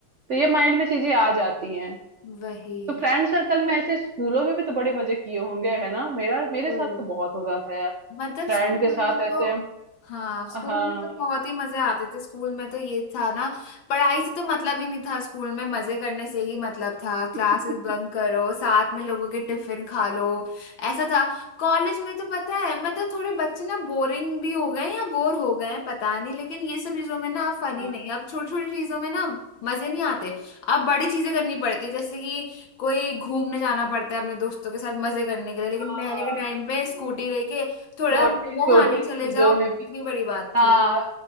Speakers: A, on the right; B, on the left.
A: तो ये माइंड में चीजें आ जाती हैं
B: वही
A: तो फ्रेंड सर्कल में ऐसे स्कूलों में भी तो बड़े मजे किए होंगे है ना मेरा
B: बिल्कुल।
A: मेरे साथ तो बहुत होता था यार
B: मतलब
A: फ्रेंड
B: स्कूल
A: के साथ
B: में तो
A: ऐसे हम
B: हाँ स्कूल
A: हाँ
B: में तो बहुत ही मजे आते थे स्कूल में तो ये था ना पढ़ाई से तो मतलब ही नहीं था स्कूल में मजे करने से ही मतलब था क्लासेस
A: <laughs>
B: बंक करो साथ में लोगों के टिफिन खा लो ऐसा था कॉलेज में तो पता है मतलब थोड़े बच्चे ना बोरिंग भी हो गए या बोर हो गए हैं पता नहीं लेकिन ये सब चीजों में ना फनी
A: हाँ
B: नहीं अब छोटी छोटी चीजों में ना मजे नहीं आते अब बड़ी चीजें करनी पड़ती है जैसे कि कोई घूमने जाना पड़ता है अपने दोस्तों के साथ मजे करने के लिए लेकिन
A: हाँ,
B: पहले के टाइम
A: हाँ।
B: पे स्कूटी लेके थोड़ा
A: छोटी
B: <laughs> मोमो
A: छोटी
B: खाने
A: चीजों
B: चले जाओ
A: में भी
B: इतनी बड़ी बात
A: हाँ
B: थी